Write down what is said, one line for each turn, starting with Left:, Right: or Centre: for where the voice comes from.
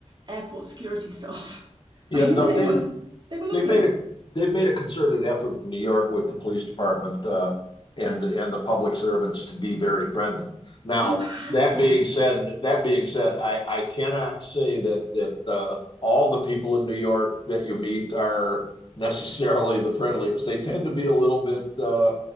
Right: airport security <laughs> staff.
Left: no,
Right: I mean, they
Left: they've
Right: were they were lovely.
Left: They've made a they've made a concerted effort in New York with the police department uh, and and the public servants to be very friendly. Now
Right: Oh, have
Left: that
Right: they?
Left: being said, that being said, I I cannot say that that uh, all the people in New York that you meet are necessarily the friendliest. They tend to be a little bit uh,